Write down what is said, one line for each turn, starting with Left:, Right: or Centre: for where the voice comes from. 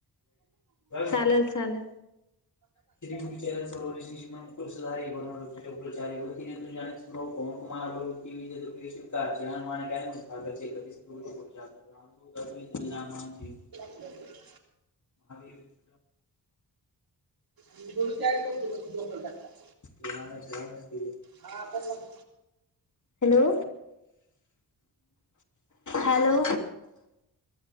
Left: चालल चालल. <unintelligible> को मारय <unintelligible> जिल म ज <unintelligible>
Right: ब <unintelligible>
Left: आणि <inaudible>
Right: आणि <inaudible> थोडडी तयार करतोत
Left: ते नाही शरनेच गेले <unintelligible>
Right: हा पण मंग,
Left: हॅलो! हॅलो.